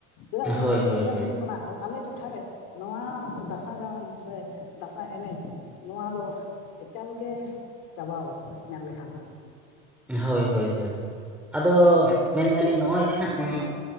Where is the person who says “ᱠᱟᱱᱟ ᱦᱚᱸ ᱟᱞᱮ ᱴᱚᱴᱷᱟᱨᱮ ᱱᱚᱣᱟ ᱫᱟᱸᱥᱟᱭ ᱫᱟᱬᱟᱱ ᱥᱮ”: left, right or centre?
Left